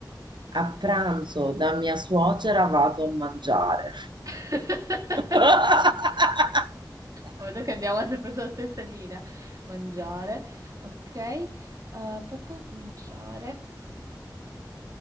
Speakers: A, on the right; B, on the right.
A: A pranzo da mia suocera vado a mangiare.
B: <laughs>
A: <laughs>
B: Vedo che andiamo sempre sulla stessa linea. Mangiare, ok. Ah, papà, mangiare.